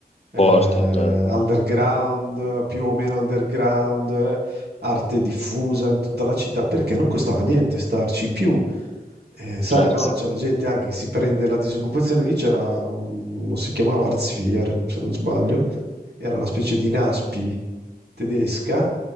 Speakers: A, on the right (about 85°); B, on the left (about 40°).
A: eh,
B: Forti,
A: underground,
B: eh,
A: più o meno underground, eh, arte diffusa in tutta la città, perché non costava niente starci. In più, Eh, sai,
B: certo,
A: no, c'è la gente anche che si prende la disoccupazione, lì c'era, un- uno si chiamava Arztvier, se non sbaglio, era una specie di Naspi tedesca